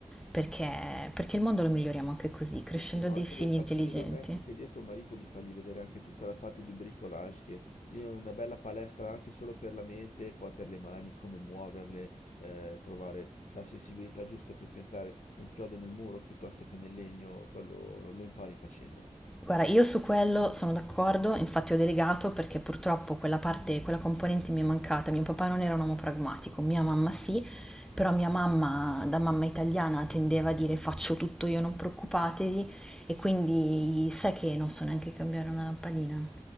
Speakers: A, in the centre; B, on the left (about 75°).
A: perché, perché il mondo lo miglioriamo anche così,
B: Sì,
A: crescendo
B: sì, ma
A: dei
B: oltre
A: figli
B: alle faccende
A: intelligenti.
B: domestiche, di a tuo marito di fargli vedere anche tutta la parte di bricolage, che lì è una bella palestra anche solo per la mente e poi per le mani, come muoverle, eh, trovare la sensibilità giusta per piantare un chiodo nel muro piuttosto che nel legno, quello lo impari facendolo.
A: Guarda, io su quello sono d'accordo, infatti ho delegato perché purtroppo quella parte, quella componente mi è mancata. Mio papà non era un uomo pragmatico, mia mamma sì, però mia mamma, da mamma italiana, tendeva a dire faccio tutto io, non preoccupatevi, e quindi sai che non so neanche cambiare una lampadina.